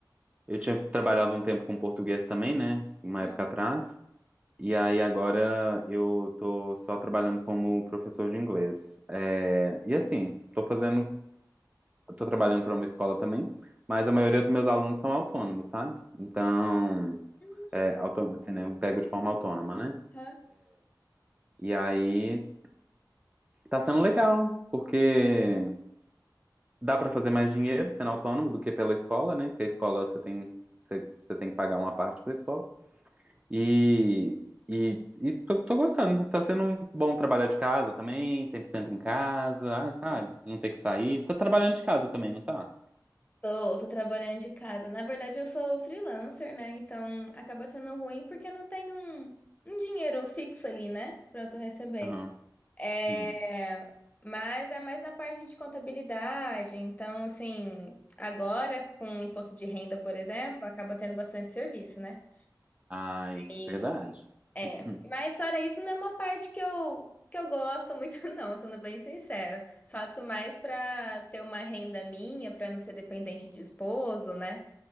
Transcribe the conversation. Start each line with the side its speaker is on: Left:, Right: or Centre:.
Right: eu tinha trabalhado um tempo com português também, né, uma
Left: Uhum.
Right: época atrás. E aí agora eu tô só trabalhando como professor de inglês. É, e assim, tô fazendo, tô trabalhando para uma escola também, mas a maioria dos meus alunos são autônomos, sabe? Então,
Left: Hum,
Right: é, autônomo, assim, né? Eu pego de forma autônoma, né?
Left: Hã?
Right: E aí tá sendo legal, porque dá para fazer mais dinheiro sendo autônomo do que pela escola, né? Porque a escola você tem, você, você tem que pagar uma parte para a escola. E, e, e tô, tô gostando. Tá sendo um bom trabalhar de casa também, 100% em casa. Ai, sabe? Não ter que sair. Você tá trabalhando de casa também, não tá?
Left: Tô, tô trabalhando de casa. Na verdade, eu sou freelancer, né? Então acaba sendo ruim porque não tem um, um dinheiro fixo ali, né? Pra eu receber.
Right: Aham.
Left: É,
Right: Uhum.
Left: mas é mais na parte de contabilidade. Então, assim, agora com o imposto de renda, por exemplo, acaba tendo bastante serviço, né?
Right: Ai,
Left: E
Right: verdade.
Left: é,
Right: Uhum.
Left: mas fora isso, não é uma parte que eu que eu gosto muito, <laughs> não, sendo bem sincera. Faço mais para ter uma renda minha, para não ser dependente de esposo, né?